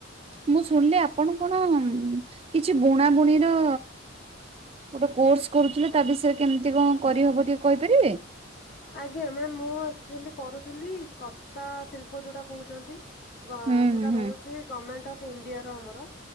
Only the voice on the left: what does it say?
ଆଜ୍ଞା ମ୍ୟାମ୍, ମୁଁ ଆକଚୁଆଲି କରୁଥିଲି କତା ଶିଳ୍ପ ଯଉଟା କହୁଛନ୍ତି?
ସେଟା
ରହୁଛି ଗମେଣ୍ଟ ଅଫ୍ ଇଣ୍ଡିଆର ଆମର।